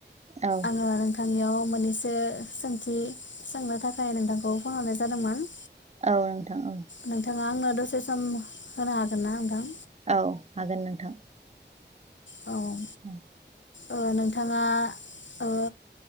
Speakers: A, on the right; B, on the left.
A: औ
B: आङो नोंथां नियाव मोननैसो सोंथि सोंनो थाखाय नोंथांखौ फन हरनाय जादोंमोन।
A: औ नोंथां औ।
B: नोंथाङा आंनो दसे सम होनो हागोन ना नोंथां?
A: औ हागोन नोंथां।
B: औ
A: ओं
B: औ नोंथाङा ओ